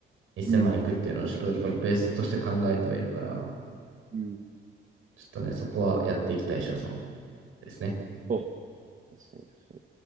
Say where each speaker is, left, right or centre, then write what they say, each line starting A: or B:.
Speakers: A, on the right; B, on the right.
A: 1000万いくっていうのをちょっとやっぱベースとして考えてはいるから、
B: うん。うん。
A: ちょっとね、そこはやっていきたい所存ですね。
B: そう。確かに確かに。